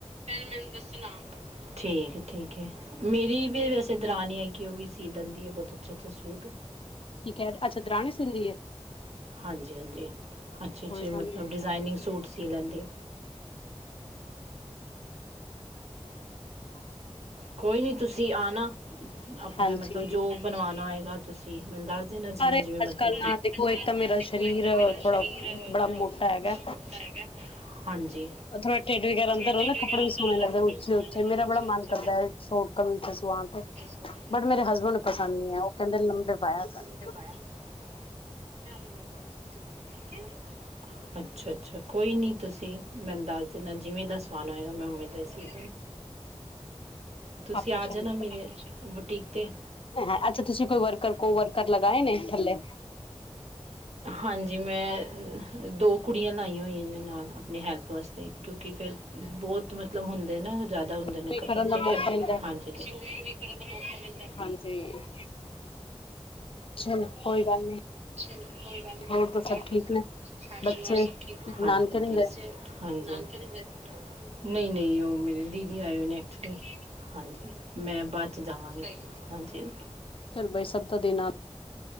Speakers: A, on the right; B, on the left.
A: ਫਿਰ ਮੈਨੂੰ ਦੱਸਣਾ ਠੀਕ ਹੈ, ਠੀਕ ਹੈ, ਮੇਰੀ ਵੀ ਵੈਸੇ ਦਰਾਨੀ ਹੈਗੀ ਔ ਵੀ ਸ ਸੀ ਲੈਂਦੀ ਆ ਬਹੁਤ ਅੱਛੇ ਅੱਛੇ ਸੂਟ
B: ਕੀ ਕਹਿ ਅੱਛਾ ਦਰਾਣੀ ਸਿੰਦੀ ਏ।
A: ਹਾਂਜੀ ਹਾਂਜੀ ਅੱਛੇ-
B: ਕੋਈ
A: ਅੱਛੇ,
B: ਗੱਲ
A: ਮਤਲਬ
B: ਨੀ
A: ਡਿਜ਼ਾਇਨਿੰਗ ਸੂਟ ਸੀ ਲੈਂਦੀ ਐ।
B: <inaudible>
A: ਕੋਈ ਨਹੀਂ ਤੁਸੀਂ ਆਉਣਾ ਆਪਣਾ
B: ਹਾਂਜੀ।
A: ਮਤਲਬ ਜੋ ਬਣਵਾਉਣਾ ਹੋਏਗਾ ਤੁਸੀਂ ਮੇਨੁ ਦਸ, ਦੇਨਾ ਜਿਨ੍ਹਾਂ ਜਿਵੇਂ-ਜਿਵੇਂ
B: ਅਰੇ
A: ਮਤਲਬ
B: ਕੱਲ
A: ਅੱਜ
B: ਨਾ
A: ਦੇੋ,
B: ਦੇਖੋ ਇੱਕ ਤਾਂ ਮੇਰਾ ਸਰੀਰ
A: ਤਾਂ ਮੇਰਾ
B: ਥੋੜਾ
A: ਸਰੀਰ
B: ਬੜਾ
A: ਥੋੜਾ
B: ਮੋਟਾ ਹੈਗਾ।
A: ਬੜਾ ਮੌਟਾ ਹੈਗਾ, ਹਾਂਜੀ
B: ਥੋੜਾ ਢਿੱਡ ਵਗੈਰਾ ਅੰਦਰ
A: ਵਰਾਦਾ
B: ਹੋ ਨਾ ਕੱਪੜੇ ਵੀ ਸੋਹਣੇ ਲੱਗਦੇ
A: ਕੱਪੜੇ
B: ਉੱਚੇ
A: ਵੀ ਸੋਹਨੇ
B: ਉੱਚੇ
A: ਲੱਗਦੇ
B: ਮੇਰਾ
A: ਉਚੇ
B: ਬੜਾ
A: ਉਚੇ
B: ਮਨ ਕਰਦਾ ਐ, ਸ਼ੋਟ ਕਮੀਜਾ ਸੁਆਨ ਤੇ
A: ਸਵਾਦ ਹੈ।
B: ਬਟ ਮੇਰੇ ਹਸਬੈਂਡ ਨੂੰ ਪਸੰਦ ਨੀ ਹੈ ਉਹ ਕਹਿੰਦੇ ਲਮਬੇ ਪਾਇਆ ਕਰ
A: ਮੈਂ ਅਭੀ ਮੁਗਵਾ ਦੇਤੀ ਹੁੰ, ਠੀਕ ਹੈ
B: ਠੀਕ
A: ਅੱਛਾ-ਅੱਛਾ, ਕੋਈ ਨੀ ਤੁਸੀਂ ਮੈਂਨੂ ਦੱਸ ਦੇਨਾ ਜਿਵੇਂ ਦੱਸ ਖਾਣਾ ਹੋਏਗਾ, ਮੈ ਔ ਦੇਸੀ
B: ਹੈ
A: ਤੁਸੀਂ
B: ਆਪਾਂ
A: ਆ
B: ਸ਼ਾਮ
A: ਜਾਣਾ ਮੇਰੇ ਬੁਟੀਕ ਤੇ,
B: ਹੈ ਅੱਛਾ ਤੁਸੀਂ ਕੋਈ ਵਰਕਰ ਕੋ ਵਰਕਰ ਲਗਾਏ ਨੇ ਥੱਲੇ
A: ਹਾਂਜੀ, ਮੈਂ ਦੋ ਕੁੜੀਆਂ ਲਾਈਆਂ ਹੋਈਆਂ ਨੇ ਨਾਲ, ਆਪਣੀ ਹੈਲਪ ਵਾਸਤੇ, ਕਿਉਂਕਿ ਫਿਰ ਬਹੁਤ ਮਤਲਬ ਹੁੰਦੇ ਨਾ ਜ਼ਿਆਦਾ ਹੁੰਦੇ
B: ਕੋਈ
A: ਨੇ ਕਪਲ
B: ਕਰਨ ਦਾ
A: ਤੇ
B: ਮੌਕਾ
A: ਕੱਲ
B: ਮਿਲਦਾ,
A: ਹਾਂਜੀ ਕਿਸੇ ਹੋਰ ਨੂੰ ਵੀ ਕਰਨ ਦਾ ਮੌਕਾ ਮਿਲਦਾ ਹੈ।
B: ਹਾਂਜੀ ਚਲੋ ਕੋਈ ਗੱਲ ਨੀ
A: <inaudible>
B: ਹੋਰ ਤਾਂ ਸਭ ਠੀਕ ਨੇ
A: ਹਾਂਜੀ-ਹਾਂਜੀ-ਹਾਂਜੀ
B: ਬੱਚੇ ਨਾਨਕੇ ਨਹੀਂ ਗਏ
A: ਨਹੀਂ-ਨਹੀਂ ਮੇਰੇ ਦੀਦੀ ਆਏ ਹੋਏ ਨੇ ਐਕਚਤੁੱਲੀ ਹਾਂਜੀ ਮੈਂ ਬਾਅਦ 'ਚ ਜਾਵਾਂਗੀ, ਹਾਂਜੀ
B: ਚੱਲ ਬਾਈ ਸਭ ਤਾਂ ਦੇਣਾ